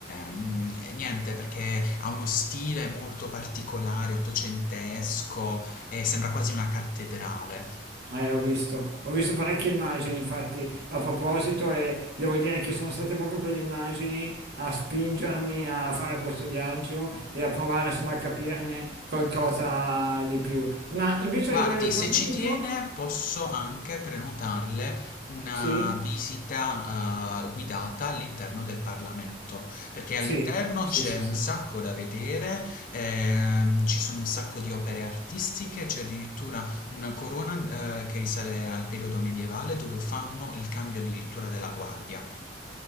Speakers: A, on the left (about 50°); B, on the right (about 60°).
A: mm, niente, perché ha uno stile molto particolare, ottocentesco, e sembra quasi una cattedrale.
B: Eh, ho visto, ho visto parecchie immagini, infatti, a proposito, e devo dire che sono state proprio quelle immagini a spingermi a fare questo viaggio e a provare, insomma, a capirne qualcosa di più. Ma invece
A: Guardi,
B: a livello economico?
A: se ci tiene, posso anche prenotarle una
B: Sì,
A: visita, eh, guidata all'interno del Parlamento, perché
B: sì,
A: all'interno
B: sì,
A: c'è
B: sì,
A: un
B: sì.
A: sacco da vedere, ehm, ci sono un sacco di opere artistiche, c'è addirittura una corona, eh, che risale al periodo medievale dove fanno il cambio addirittura della guardia.